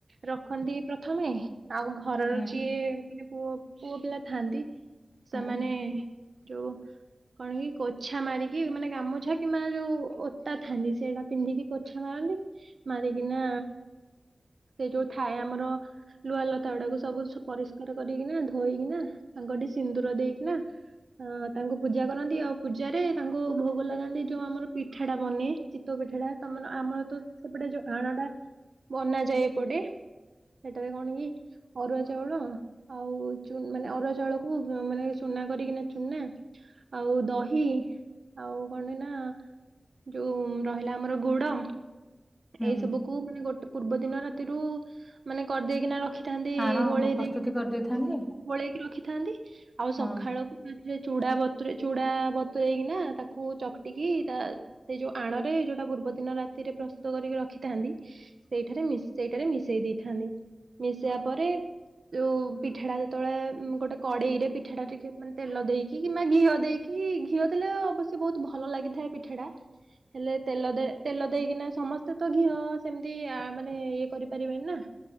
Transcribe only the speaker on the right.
ରଖନ୍ତି ପ୍ରଥମେ ଆଉ ଘରର
ଯିଏ ମାନେ ପୁଅ ପୁଅ ପିଲା ଥାନ୍ତି ସେମାନେ
ଯଉ କଣ କି କୋଛା ମାରିକି ମାନେ ଗାମୁଛା କିମ୍ବା ଯୋଉ ଓତା ଥାନ୍ତି ସେଇଟା ପିନ୍ଧିକି ଛା ମାରନ୍ତି। ମାରିକିନା ସେ ଯୋଉ ଥାଏ ଆମର ଲୁହାଲତା ଗୁଡାକୁ ସବୁ ପରିଷ୍କାର ରି କିନା ଧୋଇକିନା ତାଙ୍କ ଟିକେ ସିନ୍ଦୁର ଦେଇକିନା ଅନ୍ ତା ପୂଜା କରନ୍ତି ଆଉ ପୂଜାରେ ତାଙ୍କୁ ଭୋଗ ଲଗାନ୍ତି ଯୋଉ ଆମର ପିଠା ଟା ବନେ ଚିତଉ ପିଠାଟା ତମର ଆମର ତ ସେପଟେ ଯୋଉ ଆଣଟା ବନାଯାଏ ଏପଟେ, ସେଠାରେ କଣ କି ଅରୁଆ ଚାଉଳ ଆଉ ଚୂନ ମାନେ ଅର ଚାଉଳକୁ ମାନେ ଚୁନା କରିକିନା ଚୁନା ଆଉ ଦହି ଆଉ କଣ ନା ଯୋଉ ରହିଲା ଆମର ଗୁଡ
ଏଇ ସବୁ କୁ ମାନେ ଗୋଟେ ପୂର୍ବ ଦିନ ରାତିରୁ ମାନେ କରିଦେଇକିନା ର ରଖିଥାନ୍ତି
ଗୋଳେଇ
ଦେଇକି
ଗୋଳେଇକି ରଖିଥାନ୍ତି ଆଉ ସକାଳକୁ
ଉଁ ସେ ଚୁଡା ବତୁରେଇ ନା ଚୁଡା ବତୁରଇକିନା ତାକୁ ଚକଟିକି ତା ସେ ଯୋଉ ଆଣ ରେ ଯଉଟା ପୂର୍ବଦିନ ରାତିରେ ପ୍ରସ୍ତୁତ କରିକି ରଖିଥାନ୍ତି ସେଇଠାରେ ସେଇଠାରେ ମିଶେଇ ଦେଇଥାନ୍ତି ମିଶେଇବା ପରେ ଯୋଉ ପିଠା ଟା ଯେତେବେଳେ ଗୋଟେ କଡେଇ ରେ ପିଠା ଟା ଟିକେ ମାନେ ତେଲ ଦେଇକି କିମ୍ବା ଘିଅ ଦେଇ କି ଘିଅ ଦେଲେ ଅବଶ୍ୟ ବହୁତ ଭଲ ଲାଗିଥାଏ ପିଠା ଟା। ହେଲେ ତେଲ ତେଲ ଦେଇକିନା ସମସ୍ତେ ତ ଘିଅ ସେମିତି ଆ ମାନେ ଇଏ କରିପାରିବେନି ନା।